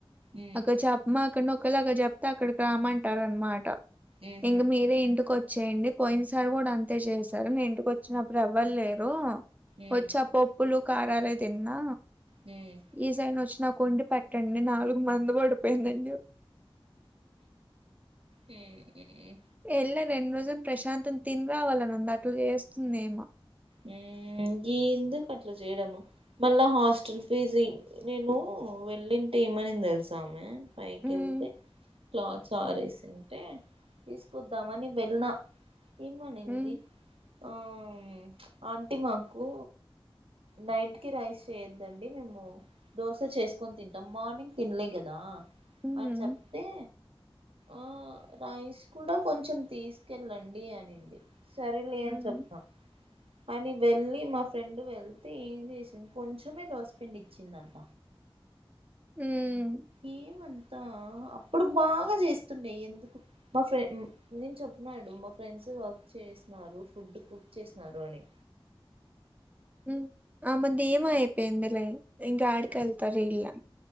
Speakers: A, on the right (about 75°); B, on the right (about 15°).
A: ఉమ్,
B: అక చాపమాక్కడ్ ఒకలాగా చెప్తే అక్కడికి రామ్మంటార్ అనమాట
A: ఉహు,
B: ఇంక మీరే ఇంటికొచ్ చేయండి పోయిన సార్ కూడా అంతే చేశారు నే ఇంటికి వచ్చినప్పుడు ఎవ వ్వల్లేరు
A: ఉమ్,
B: వచ్చ పోప్ ప్పులు కారాలె తిన్నా
A: ఉమ్.
B: ఈసై నచ్చ నాకు వండి పెట్టండి నాలుగు మంద పడిపోయిందండి
A: ఉమ్, ఉమ్,
B: ఎళ్ళ రెండు రోజులు ప్రశాంతం తిని రావాలని ఉంది అట్ల చేస్తుందీమ
A: హ్మ్ ఎందుకు అట్ల చేయడము మళ్ళా హాస్టల్ ఫీజ్ నేను వెళ్ళింటె ఏమని తెలుసామే. పైకెళ్తే
B: హ్మ్.
A: క్లాత్స్ ఆరేసింటే తీసుకొద్దామని వెల్న ఇమ్మనింది
B: హ్మ్.
A: ఆ మ్ ఆంటీ మాకు నైట్కి రైస్ చేయొద్దండి మేము దోశ చేసుకొని తింటాం మార్నింగ్ తినలే కదా
B: హ్మ్.
A: అనీ చెప్తే ఆ రైస్ కూడా కొంచెం తీసుకెళ్ళండి అనింది సరేలేని
B: హ్మ్.
A: చొప్ప అని వెళ్ళి మా ఫ్రెండ్ వెళ్తే ఏం చేసింది కొంచెమే దోశపిండి ఇచ్చిందంట
B: ఉమ్మ్
A: ఏమన్ అప్పుడు బాగా చేస్తుండే ఎందుకు మా ఫ్రెం నేను చెప్న్నాడు మా ఫ్రెండ్స్ వర్క్ చేసినారు ఫుడ్ కుక్ చేసినారు అని
B: ఉమ్ ఆమె దిమోఅయిపోయిందులే ఇంకా ఆడికెళ్తారు ఇలా